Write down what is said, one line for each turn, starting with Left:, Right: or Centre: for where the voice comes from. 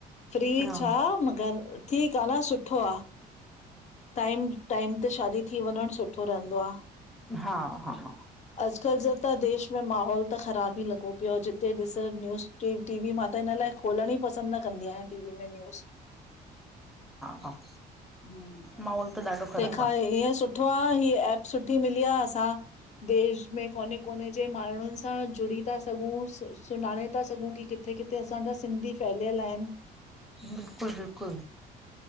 Left: फ्री
Centre: हा
Left: छा मगर। ठीक आ न सुठो आ। टाइम, टाइम ते शादी थी वञण सुठो रहंदो आ।
Centre: हा हा हा।
Left: अजकल जो त देश में माहौल त ख़राब। हि लॻो पियो आ जिते ॾिस न्यूज़, टीवी मां त हिन लाए खोलणई पसंद न कंदी आयां टीवी में न्यूज़।
Centre: हा
Left: हूं
Centre: माहौल त ॾाढो ख़राब
Left: तेंखां
Centre: आ।
Left: ईअ सु। सुठो आ हिं एप सुठी मिली आ असां। देश में कोने कोने जे माण्हुन सां जुड़ी। ता सघूं सु-सुञाणे ता सघूं कि किथे किथे असांजा सिंधी फैलयल आहिन।
Centre: बिल्कुल बिल्कुल